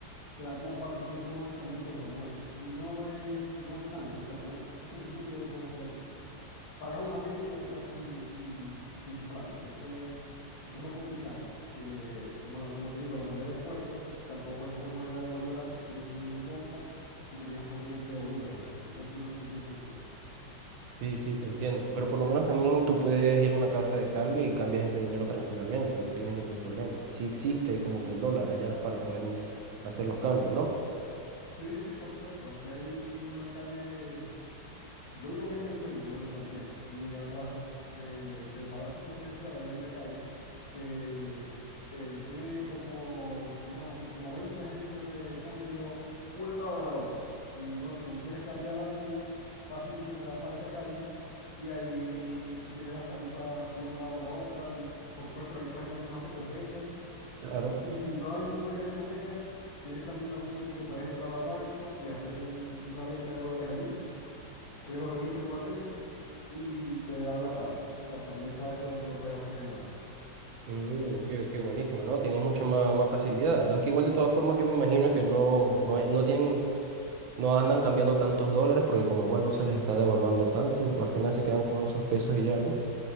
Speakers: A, on the left (about 80°); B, on the right (about 80°).
A: te dan como cuatrocientos noventa mil pesos, algo así. Y no es, no es tanto, o sea, con eso no es mucho lo que puedes hacer aquí pagas un arriendo y ya te quedaste sin, sin, sin plata. Entonces, es lo complicado, que como, la, como te digo, la moneda es fuerte, tampoco es como era el bolívar antes, que uno tenía un dólar y tenías cualquier cantidad de bolívares. ¿verdad? Eso aquí no funciona así.
B: Sí, sí, te entiendo. Pero por lo menos también tú puedes ir a una casa de cambio y cambias ese dinero tranquilamente, no tienes ningún problema. Sí existe como que el dólar allá para poder hacer los cambios, ¿no?
A: Sí, sí, por supuesto. Aquí hay una calle Yo vivo acá en el centro, ¿no? En Santiago, y atrás eh, del Palacio Presidencial ahí hay una calle que eh, tiene como, digamos, un- como 20 agencias de cambio, una al lado de la otra. Y bueno, tú quieres cambiar algo y fácilmente te vas para esa calle y ahí tú tienes las tarifas una al lado de la otra y por supuesto entras en la que más te convenga.
B: Claro.
A: Y si no hay ninguna que te convenga, tienes también la opción de que puedes entrar al banco y hacer un- una venta de dólares allí ellos lo revisan igualmente y te dan la tasa. O sea, también está eso que lo puedes hacer en el banco.
B: Mm, ok, ok, buenísimo, ¿no? Tiene mucha más, más facilidad. Aunque igual de todas formas yo me imagino que no, no, es- no tienen, no andan cambiando tantos dólares porque como igual no se les está devaluando tanto, al final se quedan con esos pesos y ya, ¿no?